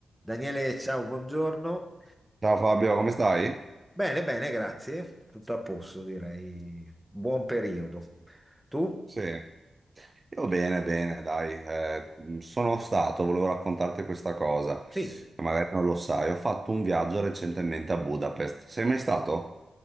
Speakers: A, in the centre; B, on the right.
A: Daniele, ciao, buongiorno.
B: Ciao Fabio, come stai?
A: Bene, bene, grazie. Tutto a posto, direi. Buon periodo. Tu?
B: Sì, io bene, bene, dai. Eh, sono stato, volevo raccontarti questa cosa, che
A: Sì.
B: magari non lo sai. Ho fatto un viaggio recentemente a Budapest. Sei mai stato?